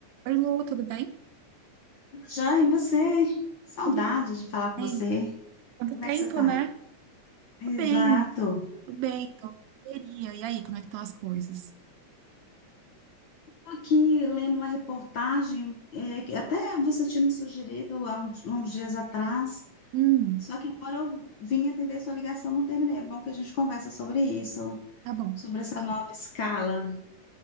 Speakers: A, on the right (about 75°); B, on the left (about 80°).
A: Oi, Lu, tudo bem?
B: Joia, e você? Saudade
A: Tudo
B: de falar com
A: bem.
B: você.
A: Quanto
B: Como
A: tempo,
B: é que você tá?
A: né? Tô
B: Exato.
A: bem, tô bem, tô correria. E aí, como é que estão as coisas?
B: Tô aqui lendo uma reportagem, é, que até você tinha me sugerido há uns, uns dias atrás,
A: Hum,
B: só que agora eu vim atender sua ligação, não terminei. É bom que a gente conversa sobre isso,
A: tá bom.
B: sobre essa nova escala,